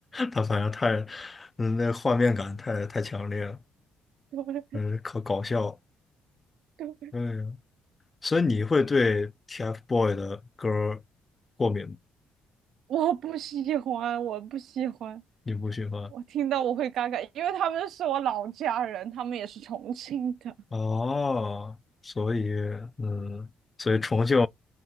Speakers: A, on the left; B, on the right.
A: 他反正太，嗯，那画面感太太强烈了，
B: 对
A: 嗯，可搞笑了。
B: 对，
A: 嗯，所以你会对 TFBOY 的歌儿过敏吗，
B: 我不喜欢，我不喜欢，
A: 你不喜欢？
B: 我听到我会尴尬，因为他们是我老家人，他们也是重庆的。
A: 哦，所以，嗯，所以重庆